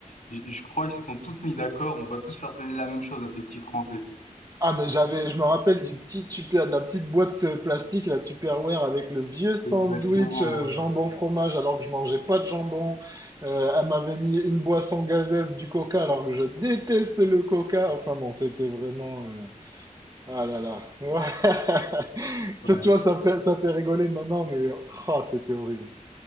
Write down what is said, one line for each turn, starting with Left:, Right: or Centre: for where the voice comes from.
Left: je, je crois qu'ils se sont tous mis d'accord, on va tous leur donner la même chose à ces petits Français.
Right: Ah, mais j'avais, je me rappelle du petit tupper, de la petite boîte euh, plastique, la Tupperware avec le vieux sandwich
Left: Exactement,
Right: euh,
Left: ouais,
Right: jambon
Left: ouais,
Right: fromage alors que je mangeais pas de jambon. Euh, elle m'avait mis une boisson gazeuse du coca alors que je déteste le coca. Enfin bon, c'était vraiment, euh, ah là là. Ouais. <laughs> Ça,
Left: ouais.
Right: tu vois, ça fait, ça fait rigoler maintenant, mais, euh, ah, c'était horrible.